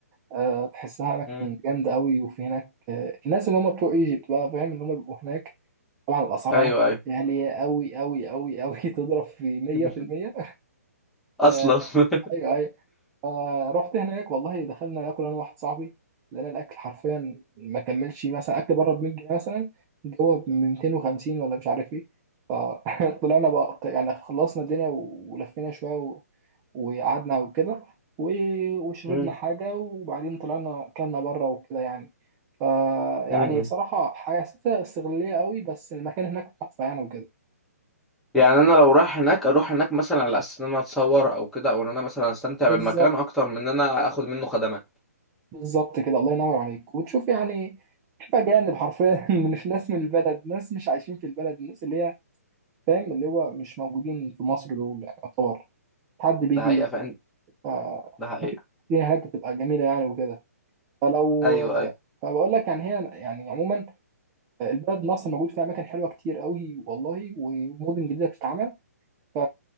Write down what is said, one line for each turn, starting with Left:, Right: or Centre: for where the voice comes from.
Right: آه، تحسها اماكن
Centre: امم
Right: جامده قوي وفي هناك آه، الناس اللي هم بتوع ايجيبت بقى فاهم اللي هم بيبقوا هناك طبعا الاسعار
Centre: ايوه
Right: هناك
Centre: ايوه
Right: غاليه قوي قوي قوي قوي <laughs> تضرب في 100%
Centre: <laughs> اصلا
Right: آه،
Centre: <laughs>
Right: ايوه ايوه آه رحت هناك والله دخلنا ناكل انا واحد صاحبي لقينا الاكل حرفيا ما كملش مثلا اكل بره ب 100 جنيه مثلا جوه ب 250 ولا مش عارف ايه فطلعنا <laughs> بقى يعني خلصنا الدنيا و- ولفينا شويه و... وقعدنا وكده و... وشربنا
Centre: مم.
Right: حاجه وبعدين طلعنا كلنا بره وكده يعني ف يعني
Centre: مم.
Right: صراحه حسيتها استغلاليه قوي بس المكان هناك تحفه يعني وكده
Centre: يعني انا لو رايح هناك اروح هناك مثلا على اساس ان انا اتصور او كده او ان انا مثلا استمتع
Right: بالظبط
Centre: بالمكان اكتر من ان انا اخد منه خدمات
Right: بالظبط كده الله ينور عليك وتشوف يعني تشوف أجانب حرفيا <laughs> مش ناس من البلد ناس مش عايشين في البلد الناس اللي هي فاهم اللي هو مش موجودين في مصر دول يعني يعتبر حد بيجي
Centre: ده حقيقه فعلا
Right: فأعتقد
Centre: ده حقيقه
Right: الدنيا هناك بتبقى جميلة يعني وكده فلو
Centre: ايوه ايوه
Right: فبقول لك يعني هي يعني عموما البلد مصر موجود فيها أماكن حلوة كتير قوي والله ومدن جديدة بتتعمل ف...